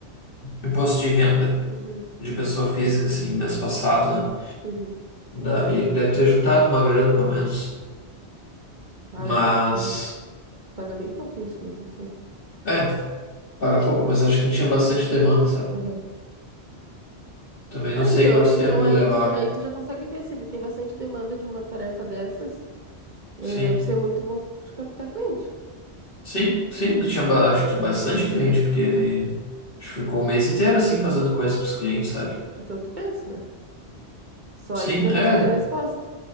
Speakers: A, on the left; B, on the right.
A: imposto de renda
B: Uhum,
A: de pessoa física, assim, mês passado, né?
B: uhum.
A: Daí deve ter juntado uma grana, pelo menos.
B: Ah,
A: Mas,
B: eu- uhum. Paga bem pouco isso, mas não sei.
A: é, paga pouco, mas acho que tinha bastante demanda, sabe?
B: Uhum.
A: Também
B: Ah,
A: não sei
B: então,
A: quanto
B: então
A: tempo ele
B: aí
A: levava.
B: tu, já- aí tu já consegue ver se ele tem bastante demanda de uma tarefa dessas, eh,
A: Sim,
B: deve ser muito bom de captar cliente.
A: sim, sim, tinha, ba- acho que tinha bastante cliente, porque ele acho que ficou o mês inteiro assim fazendo coisas pros clientes, sabe?
B: Então tu pensa, né? Só
A: Sim,
B: aí tu já
A: é,
B: consegue a resposta.